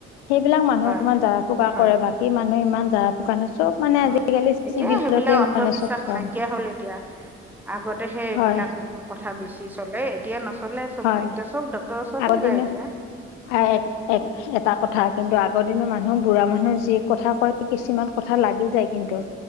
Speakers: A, on the left; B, in the centre.
A: সেইবিলাক মানুহ
B: হয়
A: অকণমান জৰা ফুকা
B: হয়
A: কৰে, বাকী মানুহে ইমান জাৰা ফুকা নি চব মানে আজিকালি
B: অ এতিয়া
A: চিভিলতে
B: সেইবিলাক অন্ধবিশ্বাস
A: মানে চব কাম
B: নাইকিয়া হ'ল এতিয়া, আগতে সেইবিলাক
A: হয়
B: কথা বেছি চলে, এতিয়া নচলে। চব
A: হয়
B: এতিয়া চব ডক্টৰৰ ওচৰতে
A: আগৰ
B: যায়
A: দিনৰ
B: এতিয়া।
A: <unintelligible> এটা কথা কিন্তু আগৰ দিনৰ মানুহক বুঢ়া মানুহে যি কথা কয় কিছুমান কথা লাগি যায় কিন্তু।